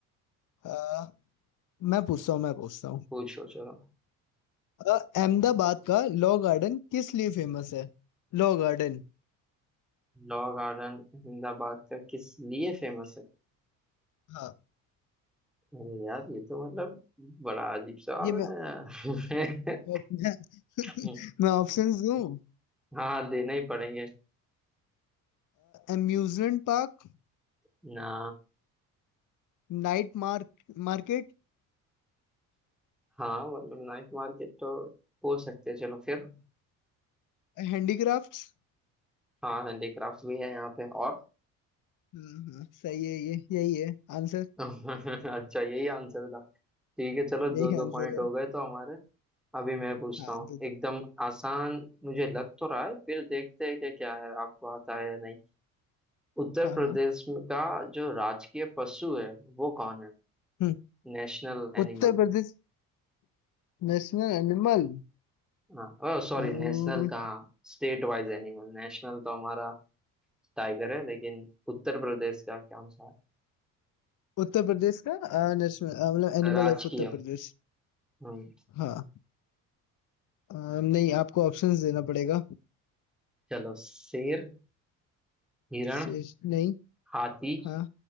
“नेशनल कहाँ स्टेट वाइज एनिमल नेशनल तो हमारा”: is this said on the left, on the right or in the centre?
Centre